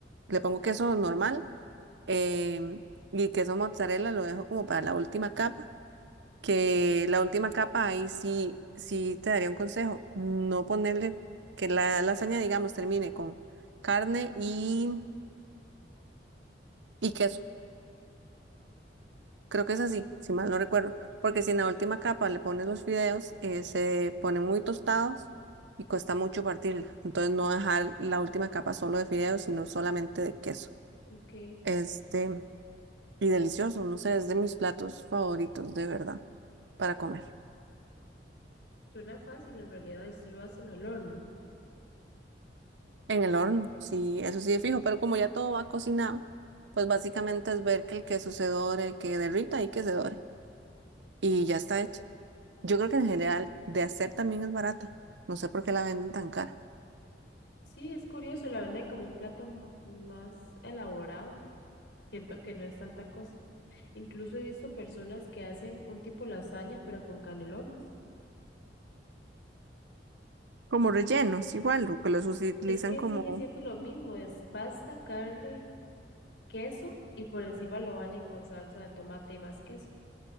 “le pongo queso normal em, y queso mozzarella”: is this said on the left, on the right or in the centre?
Right